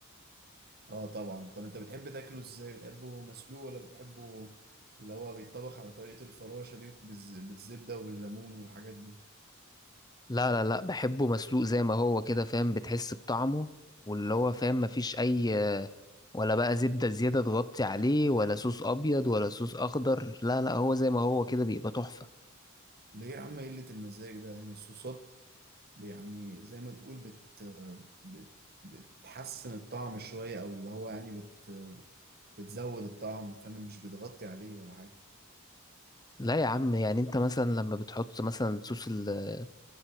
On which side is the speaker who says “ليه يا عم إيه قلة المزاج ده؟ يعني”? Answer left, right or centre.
Right